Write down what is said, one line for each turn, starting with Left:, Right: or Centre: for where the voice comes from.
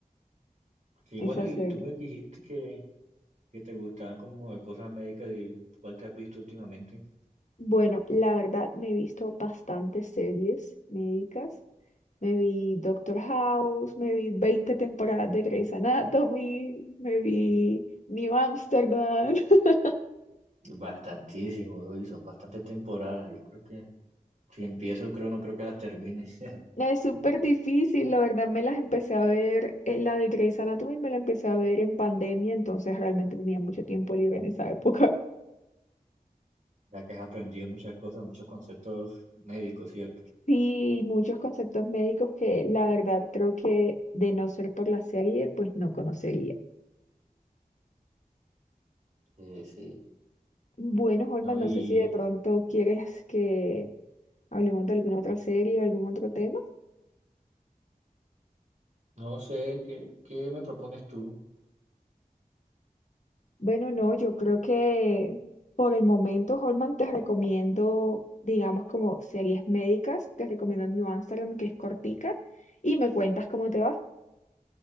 Right: Sí,
Left: esa
Right: bueno, y
Left: serie.
Right: tú me dijiste que, que te gustaban como de cosas médicas y cuál te has visto últimamente.
Left: Bueno, la verdad me he visto bastantes series médicas. Me vi Doctor House, me vi 20 temporadas de Grey's Anatomy, me vi New Amsterdam. <laughs>
Right: Bastantísimo, y son bastantes temporadas. Yo creo que si empiezo, creo, no creo que las termine, <laughs>
Left: La es súper difícil, la verdad me las empecé a ver, eh, la de Grey's Anatomy me la empecé a ver en pandemia, entonces realmente tenía mucho tiempo libre en esa época.
Right: ya que has aprendido muchas cosas, muchos conceptos médicos, ¿cierto?
Left: Sí, muchos conceptos médicos que la verdad creo que de no ser por la serie, pues no conocería.
Right: Sí, sí.
Left: Bueno, Holman,
Right: No,
Left: no
Right: y
Left: sé si de pronto quieres que hablemos de alguna otra serie o algún otro tema.
Right: no sé, ¿qué, qué me propones tú?
Left: Bueno, no, yo creo que por el momento, Holman, te recomiendo, digamos, como series médicas, te recomiendo New Amsterdam, que es cortica, y me cuentas cómo te va.